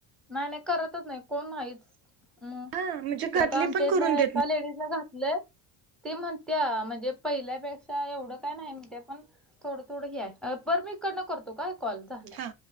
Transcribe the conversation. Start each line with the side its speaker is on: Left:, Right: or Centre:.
Centre: नाही नाही करतच नाही कोण नाहीच म
Right: हा म्हणजे घरातले
Centre: ते आता आमच्या
Right: पण
Centre: इथल्या
Right: करून देत
Centre: एका
Right: नाही
Centre: लेडीजलाने घात लय ते म्हणत्या म्हणजे पहिल्यापेक्षा एवढं काय नाही म्हणत्या पण थोडं थोडं ही आहे पर मी इकडन करतो काय कॉल झालाय.
Right: हा.